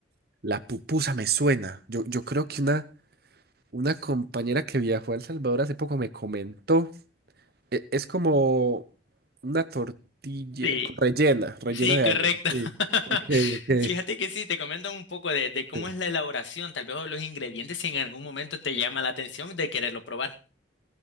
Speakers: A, on the right (about 50°); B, on the left (about 75°).
A: La pupusa me suena. Yo, yo creo que una, una compañera que viajó a El Salvador hace poco me comentó. e- Es como una tortilla
B: Sí.
A: con- rellena, rellena
B: Sí,
A: de
B: correcto.
A: algo. Sí.
B: <laughs>
A: Ok, ok.
B: Fíjate que sí, te comento un poco de, de cómo
A: Sí.
B: es la elaboración, tal vez o los ingredientes, si en algún momento te llama la atención de quererlo probar.